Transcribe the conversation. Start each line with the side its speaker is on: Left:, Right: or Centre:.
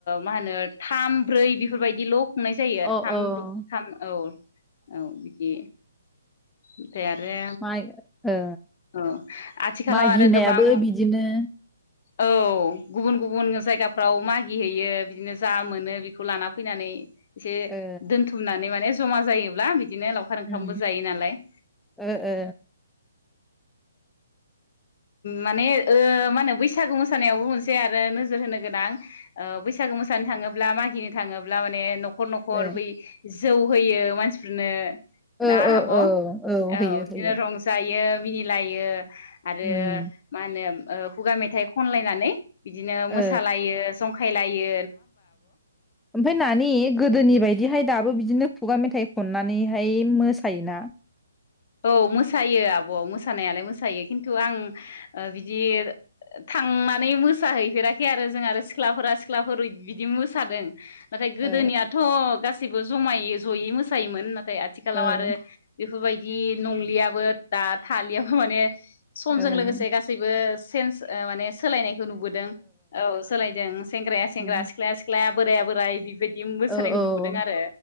Left: मा होनो थाम ब्रै बेफोरबायदिल' खुंनाय जायो
Centre: अ
Left: आरो थाम
Centre: अ
Left: थाम औ। औ बिदि ओमफ्राय आरो
Centre: माइ ओ
Left: औ आथिखालाव
Centre: माइ
Left: आरो
Centre: गिनायाबो
Left: गोबां
Centre: बिदिनो
Left: औ गुबुन गुबुन जायगाफ्राव मागिहैयो बिदिनो जा मोनो बेखौ लाना फैनानै एसे
Centre: ओ
Left: दोनथुमनानै माने जमा जायोब्ला बिदिनो लावखार
Centre: उम
Left: ओंखामबो जायो नालाय
Centre: ओ ओ
Left: माने मा होनो बैसागु मोसानायावबो मोनसे आरो नोजोर होनो गोनां। ओ बैसागो मोसानो थाङोब्ला ब्ला मागिनो थाङोब्ला माने न'खर न'खर
Centre: औ
Left: न'खर बै जौ होयो मानसिफोरनो
Centre: ओ
Left: ना
Centre: ओ
Left: आब'
Centre: ओ
Left: औ
Centre: होयो
Left: बिदिनो
Centre: होयो
Left: रंजायो। बियो मिनिलायो आरो
Centre: उम
Left: मा होनो। ओ खुगा मेथाइ खनलायनानै। बिदिनो
Centre: ओ
Left: मोसालायो जंखा खाय लायो।
Centre: ओमफाय नानि गोदोनि बायदि बिदिहाय दाबो बिदिनो खुगा मेथाइ खननानैहाय मोसायोना?
Left: औ मोसायो आब' मोसानायालाय मोसायो खि नथु' आं ओ बिदि थांनानै मोसाहैफेराखै आरो जों आरो सिख्लाफोरा सिख्लाफोर बिदि मोसादों। नाथाय गोदोनियाथ'
Centre: ओ
Left: गासै बो जमायै जयै मोसायोमोन ना। थाय आथिखलाव
Centre: ओ
Left: आरो। बेफोर बाय दि नंलियाबो दा थालियाबो माने समजों
Centre: ओ
Left: लोगोसे गासैबो- सेन्स ओ माने सोलायनायखौ नुबोदों औ सोलायदों सेंग्राया सेंग्रा
Centre: उम
Left: सिख्लाया सिख्ला बोराइया बोराइ बेबाय दि मोसानायखौ
Centre: औ औ
Left: नुबोदों आरो